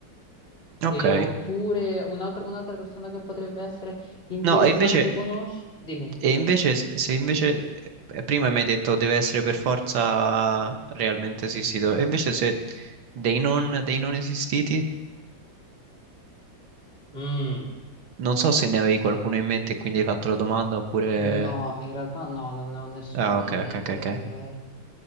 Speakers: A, on the right; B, on the left.
A: ok.
B: E, oppure un'altra un'altra persona che potrebbe essere interessante
A: No, e invece,
B: conosci? Dimmi.
A: e invece, s- se invece, eh, prima mi hai detto deve essere per forza realmente esistito, e invece se dei non, dei non esistiti,
B: Mm,
A: non so se ne avevi qualcuno in mente e quindi hai fatto la domanda oppure...
B: no, in realtà no, non ne ho nessuno
A: Ah, ok,
B: in mente.
A: ok, ok, ok.
B: Eh,